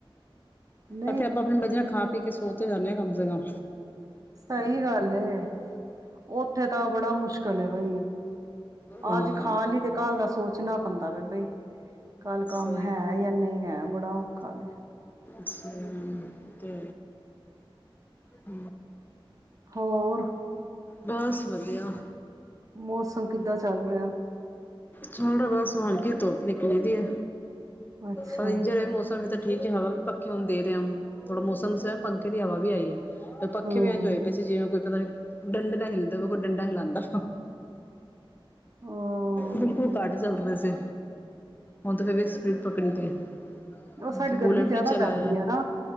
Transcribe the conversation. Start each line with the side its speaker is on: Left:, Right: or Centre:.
Right: ਨਹੀਂ
Left: ਅਤੇ ਆਪਾ ਆਪਣੀ ਮਜੀ ਨਾਲ ਖਾ ਪੀ ਕੇ ਸੋਂ ਸੋ ਤੇ ਜਾਂਨੇ ਆ ਕਮ ਸੇ ਕਮ।
Right: ਸਹੀ ਗੱਲ ਐ ਉੱਥੇ ਤਾਂ ਬੜਾ ਮੁਸ਼ਕਿਲ ਏ ਬਈ
Left: ਹਾਂ
Right: ਅੱਜ ਖਾਲ ਲੀ ਤੇ ਕੱਲ ਦਾ ਸੋਚਨਾ ਪੈਂਦਾ ਵੇ ਬਈ, ਕੱਲ ਕੰਮ
Left: ਸਹੀ
Right: ਹੈ ਯਾ ਨਈ ਹੈ ਬੜਾ ਓਖਾ ਐ।
Left: <unintelligible> ਤੇ। <unintelligible>
Right: ਹੋਰ।
Left: ਬਸ ਵਧੀਆ। <unintelligible>
Right: ਮੌਸਮ ਕਿੱਦਾਂ ਚੱਲ ਰਿਹਾ
Left: <unintelligible> ਹੋਰ ਕੀ ਧੁੱਪ ਨਿਕਲੀ ਦੀ ਏ
Right: ਅੱਛਾ
Left: ਪਰ ਇੰਜਰ ਮੌਸਮ ਵੀ ਤੇ ਠੀਕ ਏ ਹਵਾ ਵੀ ਪੱਖੇ ਹੁਨ ਦੇ ਰਹੇਮ ਥੋੜ੍ਹਾ ਮੌਸਮ ਸ ਪੰਖੇ ਦੀ ਹਵਾ ਵੀ ਆਈ ਏ। ਪੱਖੇ
Right: ਹਮ
Left: ਵੀ ਏਂਜ ਹੋਏ ਪਏ ਸੀ ਜਿਵੇਂ ਕੋਈ <unintelligible> ਡੰਡੇ ਨਾ ਹਿਲਦਾਵੇ ਕੋਈ ਡੰਡਾ ਹਿਲਾਂਦਾ।
Right: ਉਹ
Left: ਬਿਲਕੁਲ ਕੱਟ ਚਲਦੇ ਸੀ। ਹੁਨ ਤੇ ਫੇਰ ਵੀ ਸਪਰੀਟ ਪਕੜੀ ਦੀ। ਹੁਨ
Right: ਉਹ ਸਾਈਡ
Left: ਤਾ ਕੂਲਰ
Right: ਗਰਮੀ ਜ਼ਿਆਦਾ
Left: ਵੀ ਚਲਾਆ
Right: ਪੈਂਦੀ ਹੈ ਨਾ